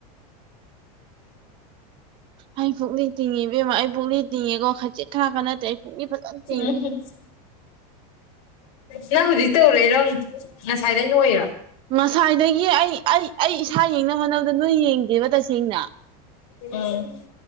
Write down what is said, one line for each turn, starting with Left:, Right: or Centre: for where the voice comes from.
Right: ꯑꯩ ꯄꯨꯛꯂꯤ ꯇꯤꯡꯉꯦ ꯏꯕꯦꯝꯃꯥ ꯑꯩ ꯄꯨꯛꯂꯤ ꯇꯤꯡꯉꯦꯀꯣ ꯈꯥꯖꯤꯛ ꯈꯔꯥꯛꯒ ꯅꯠꯇꯦ ꯄꯨꯛꯂꯤ ꯐꯖꯅ ꯇꯤꯡꯉꯤ
Left: ꯑ <unintelligible> ꯅꯪ ꯍꯧꯖꯤꯛ ꯇꯧꯔꯛꯢꯔꯣ ꯉꯁꯥꯏꯗꯩ ꯅꯣꯛꯢꯔꯣ
Right: ꯉꯁꯥꯏꯗꯒꯤ ꯑꯩ ꯑꯩ ꯑꯩ ꯏꯁꯥ ꯌꯦꯡꯅꯕ ꯍꯣꯠꯅꯕꯗ ꯅꯣꯏ ꯌꯦꯡꯗꯦꯕ ꯇꯁꯦꯡꯅ
Left: ꯎꯝ